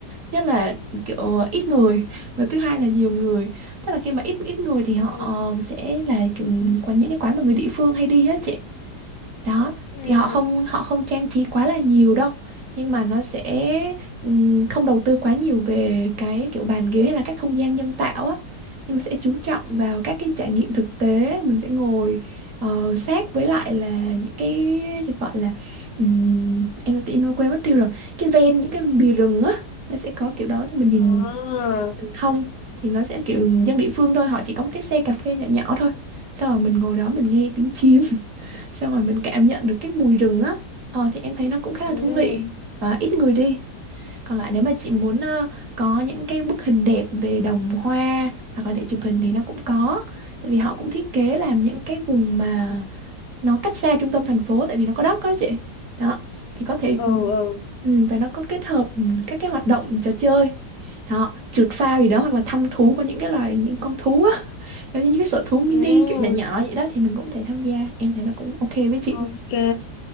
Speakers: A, on the right; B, on the left.
A: Nhất là kiểu ít người <laughs> và thứ hai là nhiều người. Tức là khi mà ít ít người thì
B: Ừ.
A: họ sẽ là kiểu quán những cái quán mà người địa phương hay đi á chị đó
B: Ừ.
A: thì họ không họ không trang trí quá là nhiều đâu nhưng mà nó sẽ ừm, không đầu tư quá nhiều về cái kiểu bàn ghế hay là các không gian nhân tạo á nhưng mà sẽ chú trọng vào các cái trải nghiệm thực tế mình sẽ ngồi ờ, sát với lại là những cái được gọi là ừm, em đã tin quên mất tiêu rồi cái ven những cái bìa rừng á nó sẽ có kiểu đó xong mình nhìn
B: Ờ.
A: rừng thông thì nó sẽ kiểu dân địa phương thôi họ chỉ có một cái xe cà phê nhỏ nhỏ thôi sau rồi mình ngồi đó mình nghe tiếng chim xong rồi mình cảm nhận được cái mùi rừng á ờ, thì em thấy nó cũng khá
B: Ừ.
A: là thú vị và ít người đi còn lại nếu mà chị muốn ờ, có những cái bức hình đẹp về đồng hoa hoặc là để chụp hình thì nó cũng có tại vì họ cũng thiết kế làm những cái vùng mà nó cách xa trung tâm thành phố tại vì nó có đất đó chị đó thì có thể
B: Ừ. Ừ.
A: ừ, và nó có kết hợp ừ, các cái hoạt động trò chơi đó trượt phao gì đó hoặc là thăm thú
B: Ừ.
A: của những cái loài những con thú á nó như những cái sở thú mini
B: Ừ.
A: kiểu nhỏ nhỏ vậy đó thì mình cũng có thể tham gia em thấy nó cũng ok với chị
B: Ok.